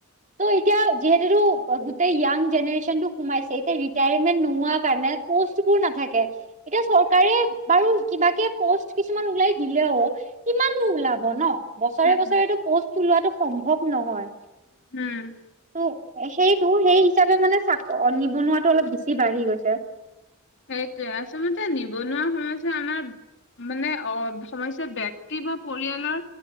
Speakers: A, on the right; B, on the left.
A: ত' এতিয়া যিহেতুটো গোটেই য়াং জেনেৰেশ্যন টো সোমাইছে এতিয়া ৰিটায়াৰমেন্ট নোহোৱা কাৰণে, পোষ্টবোৰ নাথাকে। এতিয়া চৰকাৰে বাৰু কিবাকে পষ্ট কিছুমান ওলাই দিলেও। কিমাননো ওলাব ন বছৰে-বছৰেটো
B: উম
A: পষ্টটো ওলোৱাটো সম্ভৱ নহয়।
B: উম,
A: ত সেইটো সেই হিচাপে মানে চা নিবনুৱাতটো অলপ বেছি বাঢ়ি গৈছে।
B: সেইটোৱে আচলতে নিবনুৱা সময়স্যা আমাৰ মানে অ, সমযস্য ব্যক্তি বা পৰিয়ালৰ